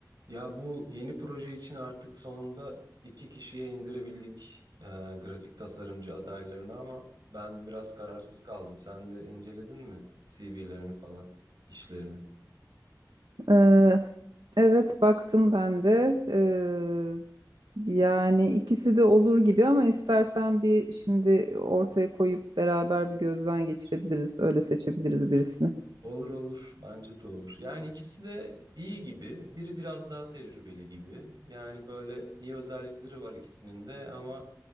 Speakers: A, on the right; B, on the right.
A: Ya bu yeni proje için artık sonunda iki kişiye indirebildik e, grafik tasarımcı adaylarını ama ben biraz kararsız kaldım. Sen de inceledin mi CV'lerini falan, işlerini?
B: Ee, evet baktım ben de. Ee, yani ikisi de olur gibi ama istersen bir şimdi ortaya koyup beraber bir gözden geçirebiliriz. Öyle seçebiliriz birisini.
A: Olur olur. Bence de olur. Yani ikisi de iyi gibi. Biri biraz daha tecrübeli gibi. Yani böyle iyi özellikleri var ikisinin de ama